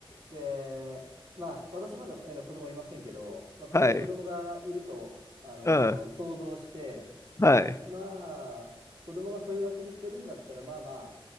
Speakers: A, on the right; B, on the left.
A: う。で、まあ、私まだ、えー子供いませんけど、まあ、仮に子供がいると、
B: <laughs> はい。
A: あのー想像して、
B: うん。はい。
A: まあ、子供がそういう遊びしてるんだったら、まあまあ、